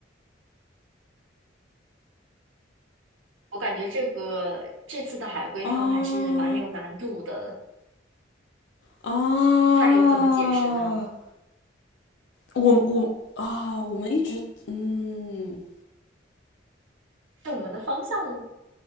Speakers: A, on the right; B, on the left.
A: 我感觉这个这次的海龟汤还是蛮有难度的，
B: 啊啊！
A: 它有怎么解释呢？
B: 我我啊、哦我们一直嗯，
A: 是我们的方向